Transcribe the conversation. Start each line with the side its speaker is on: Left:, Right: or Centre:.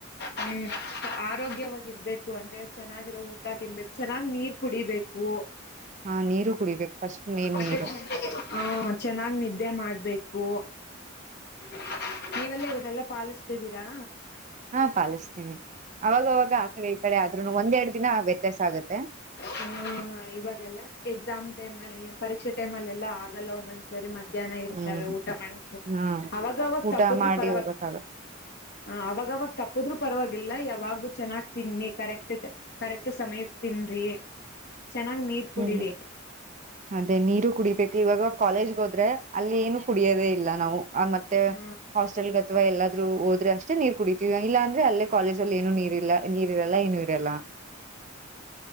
Left: ಹ್ಮ್ ಆರೋಗ್ಯ ಬಗ್ಗೆ ಇರ್ಬೇಕು ಅಂದ್ರೆ ಚೆನ್ನಾಗಿರೋ ಊಟ ತಿನ್ಬೇಕು ಚೆನ್ನಾಗ್ ನೀರ್ ಕುಡಿಬೇಕು
Right: ಹಾ ನೀರು ಕುಡಿಬೇಕು ಫಸ್ಟ್ ಮೇನ್
Left: ಮತ್ತೆ
Right: ನೀರು
Left: ಹ ಚೆನ್ನಾಗ್ ನಿದ್ದೆ ಮಾಡ್ಬೇಕು ಓ ನೀವೆಲ್ಲ ಇವನ್ನಲ್ಲಾ ಪಾಲಿಸ್ತಿದ್ದೀರಾ
Right: ಹಾ ಪಾಲಿಸ್ತೀನಿ ಅವಾಗವಾಗ ಕಡೆ ಈ ಕಡೆ ಆದ್ರೂನು ಒಂದೆರಡು ದಿನ ವ್ಯತ್ಯಾಸ ಆಗುತ್ತೆ
Left: ಹ್ಮ ಇವಾಗೆಲ್ಲ ಎಕ್ಸಾಮ್ ಟೈಮ ಅಲ್ಲಿ ಪರೀಕ್ಷೆ ಟೈಮ ಅ ಎಲ್ಲ ಆಗಲ್ಲ ಒಂದೊಂದ್ ಸರಿ ಮತ್ತೆ ಮಧ್ಯಾಹ್ನ ಇರ್ತವೆ
Right: ಹ್ಮ್
Left: ಊಟ ಮಾಡಕ್ಕೆ
Right: ಹ್ಮ್
Left: ಅವಾಗವಾಗ
Right: ಊಟ
Left: ತಪ್ಪದ್ರು
Right: ಮಾಡಿ
Left: ಪರವಾಗಿ
Right: ಹೋಗ್ಬೇಕಾಗತ್
Left: ಹ ಅವಾಗವಾಗ ತಪ್ಪದ್ರು ಪರವಾಗಿಲ್ಲ ಯಾವಾಗ ಚೆನ್ನಾಗ್ತನ್ಿ ಕರೆಕ್ ಕರೆಕ್ಟ್ ಸಮಯಕ್ಕೆ ತಿನ್್ರ ಚೆನ್ನಾಗಿ್ ನೀರ್ ಕುಡರಿಿ
Right: ಹ್ಮ್ ಅದೇ ನೀರು ಕುಡಿಬೇಕು ಇವಾಗ ಕಾಲೇಜ್ಗೆ ಹೋದ್ರೆ ಅಲ್ಲಿ ಏನು ಕುಡಿಯದೇ ಇಲ್ಲ ನಾವು ಮತ್ತೆ
Left: ಹ
Right: ಹಾಸ್ಟೆಲ್ಗೆ ಅಥವಾ ಎಲ್ಲಾದ್ೂ ದ ಆದ್ರೆ ಅಷ್ಟೇ ನೀರ್ ಕುಡಿತೀವಿ ಇಲ್ಲ ಅಂದ್ರೆ ಅಲ್ಲೇ ಕಾಲೇಜ ಅಲ್ಲಿ ಏನು ನೀರ್ಲ್ಲ ನೀರ್ ಇರಲ್ಲ ಏನು ಇರಲ್ಲ